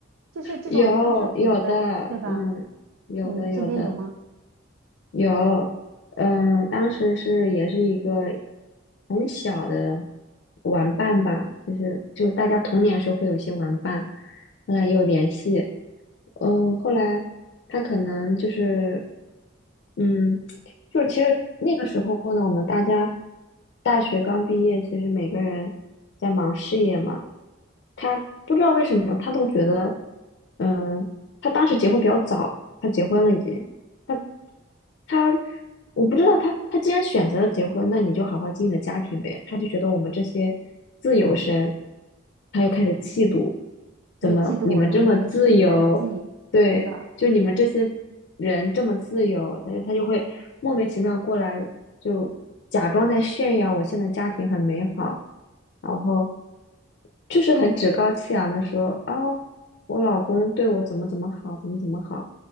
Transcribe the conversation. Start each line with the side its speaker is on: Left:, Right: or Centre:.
Right: 就是这种人他是存在，
Left: 有有的，
Right: 对吧？
Left: 嗯，有的有的
Right: 嗯，身边有吗？
Left: 有，嗯，当时是也是一个很小的玩伴吧，就是就是大家童年时候会有一些玩伴，后来也有联系，嗯，后来他可能就是，嗯，就是其实那个时候呢，我们大家大学刚毕业，其实每个人在忙事业嘛。他不知道为什么，他都觉得，嗯，他当时结婚比较早，他结婚了已经，他他，我不知道他他既然选择了结婚，那你就好好经营你的家庭呗。他就觉得我们这些自由身，他又开始嫉妒，怎么你们这么自由？
Right: 他就嫉妒我，然后跟你疏离关系。
Left: 对，
Right: 是的，
Left: 就你们这些人这么自由，他就他就会莫名其妙过来，就假装在炫耀我现在家庭很美好，然后就是很趾高气扬的说啊、我老公对我怎么怎么好，怎么怎么好。